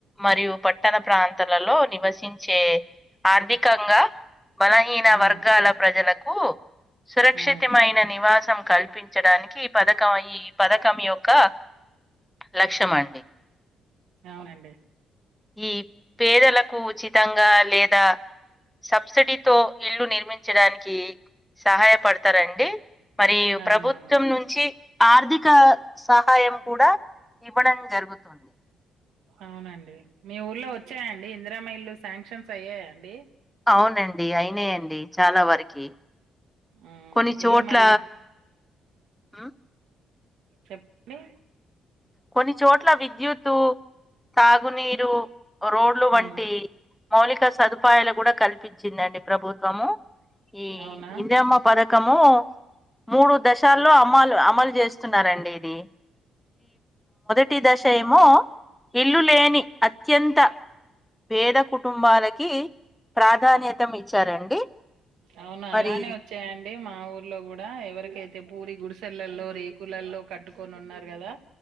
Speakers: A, in the centre; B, on the right (about 85°).
A: మరియు పట్టణ ప్రాంతాలలో నివసించే ఆర్థికంగా బలహీన
B: ఉమ్
A: వర్గాల ప్రజలకు సురక్షితమైన
B: ఉమ్
A: నివాసం కల్పించడానికి ఈ పథకం ఈ పథకం యొక్క లక్ష్యమండి
B: అవునండి
A: ఈ పేదలకు ఉచి తంగా లేదా సబ్సిడీతో ఇళ్లు నిర్మించడానికి సహాయపడతారండి మరి
B: అవునవును
A: ప్రభుత్వం నుంచి ఆర్ధిక సహాయం కూడా ఇవ్వడం జరుగుతుంది
B: అవునండి మీ ఊర్లో వచ్చాయండి ఇందిరమ్మ ఇళ్ళు శాంక్షన్స్ అయ్యాయండి
A: అవునండి అయినైయండి చాలా వరకి
B: మ్మ్
A: కొన్ని చోట్ల
B: ఇల్లు మరి
A: హ్మ్
B: చెప్ డి
A: కొన్నిచోట్ల విద్యుత్తు తాగునీరు రోడ్లు
B: మ్మ్
A: వంటి మౌలిక సదుపాయాలు కూడా కల్పిచి నండి ప్రభుత్వము ఈ
B: అవునా
A: ఇందిరిమ్మ పధకము మూడు దశాల్లో అమలు అమలు చేస్తున్నారండి ఇది టి దశ ఏమో ఇల్లు లేని అత్యంత పేద కుటుంబాలకి ప్రాధాన్యతం ఇచ్చారండి
B: అవున
A: మరి
B: అలానే వచ్చాయంండి ఈ మా ఊర్లో కూడా ఎవరికైతే పూరి గుడిసెలల్లో రేకులల్లో కట్టుకొని ఉన్నారు కదా